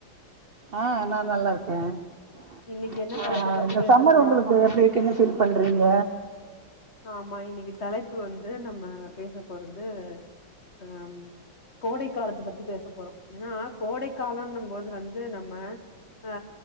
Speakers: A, on the right (about 70°); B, on the left (about 35°).
A: ஆ நா நல்லா இருக்கே அ
B: இன்னைக்கு என்ன தலைப்பு
A: ஹா
B: பத்தி
A: இந்த
B: பேச
A: சம்மர்
B: போறோ
A: உங்களுக்கு எப்டிருக்குனு ஃபீல் பண்றீங்க
B: ஆமா இன்னைக்கு தலைப்பு வந்து நம்ம பேச போறது அ கோடை காலத்த பத்தி பேச போறோ ஏன்னா கோடை காலன்னும்போது வந்து நம்ம ஆ